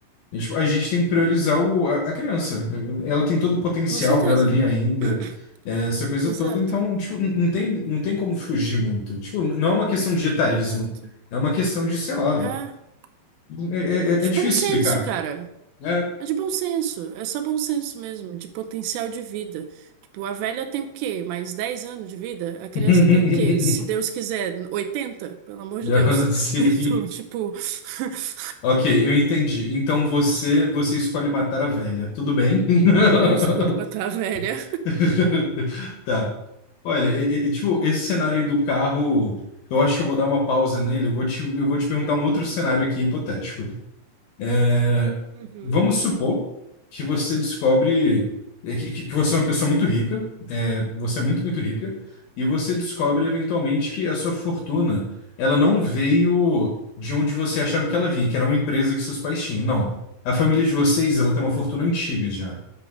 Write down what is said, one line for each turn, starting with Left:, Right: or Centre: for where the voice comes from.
Left: A gente, a gente tem que priorizar o- a, a criança. Ela tem todo o potencial
Right: com certeza.
Left: dela ali ainda,
Right: <coughs> <clears throat>
Left: é, essa coisa
Right: Exato,
Left: toda. Então, tipo, n- não tem, não tem como fugir muito. Tipo, não é uma questão de etarismo.
Right: exato.
Left: É uma questão de, sei lá.
Right: É.
Left: É, é-
Right: De
Left: é é difícil
Right: bom senso,
Left: explicar.
Right: cara.
Left: É.
Right: É de bom senso. É só bom senso mesmo, de potencial de vida. Tipo, a velha tem o quê? Mais 10 anos de vida? A criança
Left: <laughs>
Right: tem o quê? Se Deus quiser, oitenta. Pelo amor
Left: Não,
Right: de Deus.
Left: sim.
Right: <laughs> Então, tipo. <laughs>
Left: Ok, eu entendi. Então você, você escolhe matar a velha. Tudo bem? <laughs>
Right: Eu escolho matar a velha.
Left: <laughs> Tá. Olha, e- e- tipo, esse cenário
Right: <laughs>
Left: aí do carro, eu acho que eu vou dar uma pausa nele. Eu vou te, eu vou te perguntar um outro cenário aqui hipotético. É,
Right: Uhum.
Left: Vamos supor que você descobre é, que, que que você é uma pessoa muito rica, é, você é muito, muito rica, e você descobre eventualmente que a sua fortuna, ela não veio de onde você achava que ela vinha, que era uma empresa que seus pais tinham. Não. A família de vocês, ela tem uma fortuna antiga já.